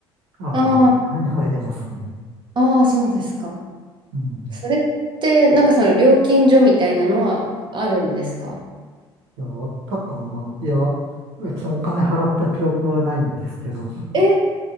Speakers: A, on the right (about 70°); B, on the right (about 35°).
A: あの、
B: あ
A: はい、入れますね。
B: あ、ああ、そうですか。
A: うん。い
B: それって、なんかその料金所みたいなのはあるんですか
A: や、あったかな。いや、別にお金払った記憶はないんですけど、
B: えー、